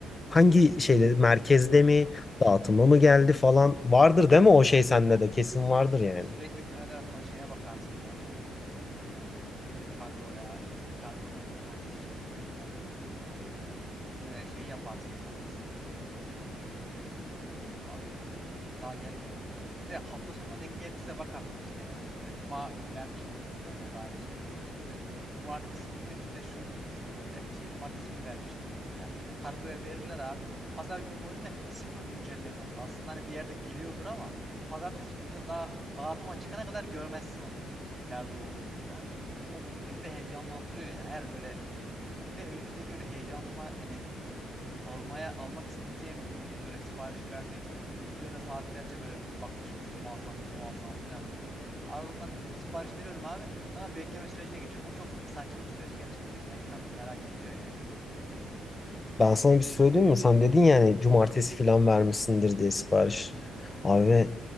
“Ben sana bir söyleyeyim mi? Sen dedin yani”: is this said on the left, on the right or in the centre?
Left